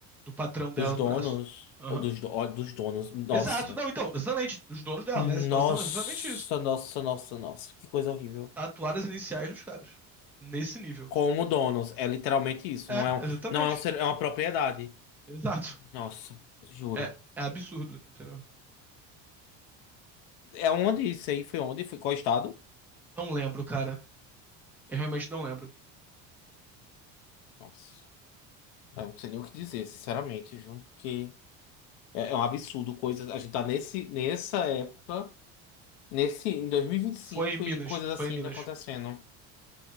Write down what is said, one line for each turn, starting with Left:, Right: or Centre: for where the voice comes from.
Centre: do patrão dela
Left: Dos donos,
Centre: no braço. Aham.
Left: ou dos, do- ó, dos donos, nossa.
Centre: Exato, não, então, exatamente, os donos dela,
Left: Nossa,
Centre: nessa situação é exatamente isso.
Left: nossa, nossa, nossa. Que coisa horrível.
Centre: Tatuar as iniciais dos caras. Nesse nível.
Left: Como donos, é literalmente isso.
Centre: É,
Left: Não é um,
Centre: exatamente.
Left: não é um ser, é uma propriedade.
Centre: Exato.
Left: Nossa, juro.
Centre: É, é absurdo, entendeu?
Left: É onde isso aí? Foi onde? Foi qual estado?
Centre: Não lembro, cara. Eu realmente não lembro.
Left: Nossa, eu não sei nem o que dizer, sinceramente, viu? Que é, é um absurdo coisas. A gente tá nesse, nessa época, nesse, em dois mil e e vinte
Centre: Foi
Left: e cinco
Centre: em Minas,
Left: e coisas assim
Centre: foi em Minas,
Left: ainda acontecendo,